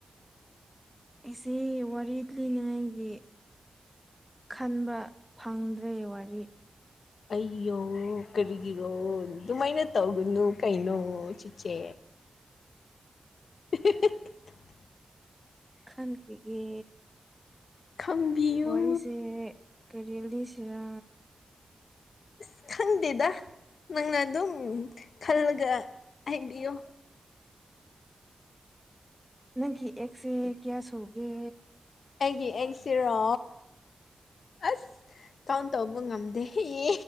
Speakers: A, in the centre; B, on the left.
A: ꯑꯩꯁꯦ ꯋꯥꯔꯤ ꯂꯤꯅꯤꯡꯉꯥꯏꯒꯤ ꯈꯟꯕ ꯐꯪꯗ꯭ꯔꯦ ꯋꯥꯔꯤ
B: ꯑꯩꯌꯣ ꯀꯔꯤꯒꯤꯔꯣ ꯑꯗꯨꯃꯥꯏꯅ ꯇꯧꯒꯅꯨ ꯀꯩꯅꯣ ꯆꯤꯆꯦ <unintelligible>
A: ꯈꯟ ꯀꯤꯒꯦ
B: ꯈꯪꯕꯤꯌꯨ
A: ꯋꯥꯔꯤꯁꯦ ꯀꯔꯤꯂꯤꯁꯤꯔ
B: <unintelligible> ꯈꯪꯗꯦꯗ ꯅꯪꯅ ꯑꯗꯨꯝ ꯈꯜꯂꯒ ꯍꯥꯏꯕꯤꯌꯣ
A: ꯅꯪꯒꯤ ꯑꯦꯛꯁꯁꯦ ꯀꯌꯥꯁꯨꯒꯦ
B: ꯑꯩꯒꯤ ꯑꯦꯛꯁꯁꯤꯔꯣ ꯑꯁ ꯀꯥꯎꯟ ꯇꯧꯕ ꯉꯝꯗꯦ ꯌꯦ